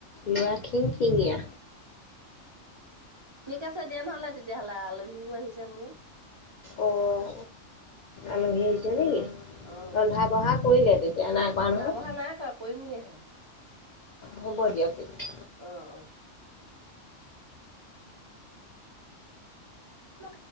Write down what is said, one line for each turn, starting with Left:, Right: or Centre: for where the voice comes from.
Left: লৰা
Right: অ
Left: খিং খিঙীয়া।
Right: ঠিক আছে দিয়া নহলে তেতিয়া হ'লে আলহীও আহিছে মোৰ।
Left: অহ আলহী আহিছে নেকি?
Right: অ
Left: ৰন্ধা
Right: আলহী
Left: বঢ়া কৰিলে তেতিয়া নাই কৰা
Right: ৰন্ধা
Left: নহয়?
Right: বঢ়া নাই কৰা কৰিমগেহে
Left: অ হ'ব দিয়ক তে
Right: অ অ। অ